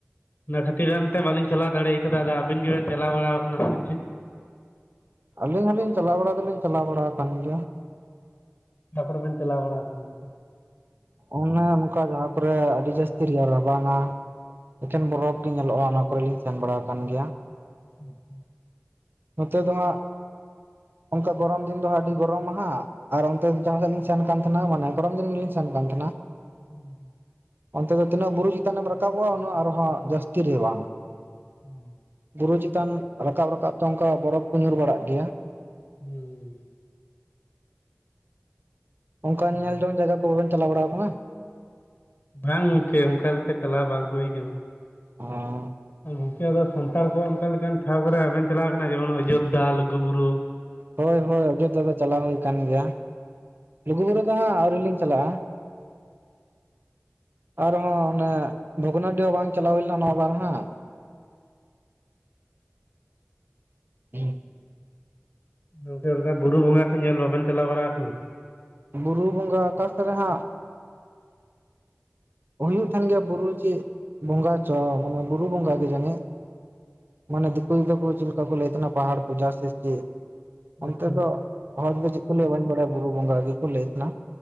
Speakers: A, on the left; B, on the right.
A: ᱚᱱᱟ ᱠᱷᱟᱹᱛᱤᱨ ᱦᱟᱱᱛᱮ ᱵᱟᱹᱞᱤᱧ ᱪᱟᱞᱟᱣ ᱫᱟᱲᱮ ᱟᱠᱟᱫᱟ, ᱟᱫᱚ ᱟᱹᱵᱤᱱ ᱜᱮᱵᱮᱱ ᱪᱟᱞᱟᱣ ᱵᱟᱲᱟ ᱠᱟᱱᱟ ᱥᱮ ᱪᱮᱫ᱾
B: ᱟᱹᱞᱤᱧ ᱦᱚᱞᱤᱧ ᱪᱟᱞᱟᱣ ᱵᱟᱲᱟ ᱫᱚᱞᱤᱧ ᱪᱟᱞᱟᱣ ᱵᱟᱲᱟ ᱠᱟᱱ ᱜᱮᱭᱟ᱾
A: ᱚᱠᱟ ᱠᱚᱨᱮ ᱵᱤᱱ ᱪᱟᱞᱟᱣ ᱵᱟᱲᱟ ᱟᱠᱟᱱᱟ ᱜᱚᱝᱠᱮ?
B: ᱚᱱᱮ ᱚᱱᱠᱟ ᱡᱟᱦᱟᱸ ᱠᱚᱨᱮ ᱟᱹᱰᱤ ᱡᱟᱹᱥᱛᱤ ᱨᱮᱭᱟᱲ ᱵᱟᱝᱟ᱾ ᱮᱠᱮᱱ ᱵᱚᱨᱚᱯᱷ ᱜᱮ ᱧᱮᱞᱚᱜ-ᱟ ᱚᱱᱟ ᱠᱚᱨᱮ ᱞᱤᱧ ᱥᱮᱱ ᱵᱟᱲᱟ ᱟᱠᱟᱱ ᱜᱮᱭᱟ᱾
A: <inaudible>
B: ᱱᱚᱛᱮ ᱫᱚ ᱦᱟᱸᱜ, ᱚᱱᱠᱟ ᱜᱚᱨᱚᱢ ᱫᱤᱱ ᱫᱚ ᱦᱟᱸ ᱟᱹᱰᱤ ᱜᱚᱨᱚᱢᱟ ᱦᱟᱸᱜ᱾ ᱟᱨ ᱚᱱᱛᱮ ᱡᱟᱦᱟᱸᱥᱮᱫ ᱞᱤᱧ ᱥᱮᱱ ᱠᱟᱱ ᱛᱟᱦᱮᱸᱱᱟ ᱢᱟᱱᱮ ᱜᱚᱨᱚᱢ ᱫᱤᱱ ᱨᱮᱞᱤᱧ ᱥᱮᱱ ᱠᱟᱱ ᱛᱟᱦᱮᱸᱱᱟ᱾
A: <inaudible>
B: ᱚᱱᱛᱮ ᱫᱚ ᱛᱤᱱᱟᱹᱜ ᱵᱩᱨᱩ ᱪᱮᱛᱟᱱᱮᱢ ᱨᱟᱠᱟᱵᱽ ᱟ ᱩᱱᱟᱹᱜ ᱟᱨᱦᱚᱸ ᱡᱟᱹᱥᱛᱤ ᱨᱟᱵᱟᱝ
A: ᱜᱚᱝᱠᱮ
B: ᱵᱩᱨᱩ ᱪᱮᱛᱟᱱ ᱨᱟᱠᱟᱵ ᱨᱟᱠᱟᱵ ᱛᱮ ᱚᱱᱠᱟ ᱵᱚᱨᱚᱯ ᱠᱚ ᱧᱩᱨ ᱵᱟᱲᱟᱜ ᱜᱮᱭᱟ᱾
A: ᱦᱩᱸ᱾
B: ᱚᱱᱠᱟ ᱧᱮᱞ
A: ᱦᱩᱸ
B: ᱡᱚᱝ ᱡᱟᱭᱜᱟ ᱠᱚ ᱵᱟᱵᱮᱱ ᱪᱟᱞᱟᱣ ᱵᱟᱲᱟ ᱟᱠᱟᱱᱟ᱾
A: ᱵᱟᱝ ᱜᱚᱝᱠᱮ ᱚᱱᱠᱟ ᱞᱮᱠᱟ ᱪᱟᱞᱟᱣ ᱵᱟᱝ ᱦᱩᱭ ᱠᱟᱱᱟ᱾
B: ᱚᱻ᱾
A: ᱟᱨ ᱜᱚᱢᱠᱮ ᱟᱫᱚ ᱥᱟᱱᱛᱟᱲ ᱠᱚᱣᱟᱜ ᱚᱱᱠᱟ ᱞᱮᱠᱟᱱ ᱴᱷᱟᱶ ᱠᱚᱨᱮ ᱵᱟᱵᱮᱱ ᱪᱟᱞᱟᱣ ᱠᱟᱱᱟ ᱡᱮᱢᱚᱱ ᱚᱡᱳᱫᱽᱫᱷᱟ ᱞᱩᱜᱩ ᱵᱩᱨᱩ᱾
B: ᱦᱳᱭ ᱦᱳᱭ ᱚᱡᱳᱫᱫᱷᱟ ᱫᱚ ᱪᱟᱞᱟᱣ ᱦᱩᱭ ᱟᱠᱟᱱ ᱜᱮᱭᱟ᱾ ᱞᱩᱜᱩᱵᱩᱨᱩ ᱫᱚ ᱦᱟᱸᱜ ᱟᱹᱣᱨᱤ ᱞᱤᱧ ᱪᱟᱞᱟᱜᱼᱟ᱾ ᱟᱨᱦᱚᱸ ᱚᱱᱮ ᱵᱷᱚᱜᱽᱱᱟᱰᱤ ᱦᱚᱸ ᱵᱟᱝ ᱪᱟᱞᱟᱣ ᱦᱩᱭ ᱞᱮᱱᱟ ᱱᱚᱣᱟ ᱵᱟᱨ ᱦᱟᱸᱜ᱾ <unintelligible>
A: ᱜᱚᱝᱠᱮ ᱚᱱᱠᱟ ᱵᱩᱨᱩ ᱵᱚᱸᱜᱟ ᱠᱚ ᱧᱮᱞ ᱵᱟᱵᱮᱱ ᱪᱟᱞᱟᱣ ᱵᱟᱲᱟ ᱟᱠᱟᱱᱟ?
B: ᱵᱩᱨᱩ ᱵᱚᱸᱜᱟ ᱟᱠᱟᱥ ᱨᱮ ᱦᱟᱸᱜᱼᱼ ᱦᱩᱭᱩᱜ ᱠᱟᱱ ᱜᱮᱭᱟ ᱵᱩᱨᱩ ᱪᱮᱫ ᱵᱚᱸᱜᱟ ᱪᱚ ᱢᱟᱱᱮ ᱵᱩᱨᱩ ᱵᱚᱸᱜᱟ ᱜᱮ ᱡᱟᱱᱤᱡᱼᱼ ᱢᱟᱱᱮ ᱫᱤᱠᱩ ᱫᱚ ᱪᱮᱫ ᱞᱮᱠᱟ ᱠᱚ ᱞᱟᱹᱭ ᱛᱟᱦᱮᱱ ᱯᱟᱦᱟᱲ ᱯᱩᱡᱟ ᱥᱮ ᱪᱮᱫ᱾ ᱚᱱᱛᱮ
A: ᱟᱪᱪᱷᱟ
B: ᱫᱚ ᱦᱚᱲ ᱫᱚ ᱪᱮᱫ ᱠᱚ ᱞᱟᱹᱭᱟ ᱵᱟᱹᱧ ᱵᱟᱲᱟᱭᱟ ᱵᱩᱨᱩ ᱵᱚᱸᱜᱟ ᱜᱮ ᱠᱚ ᱞᱟᱹᱭᱮᱫ ᱛᱟᱦᱮᱱᱟ᱾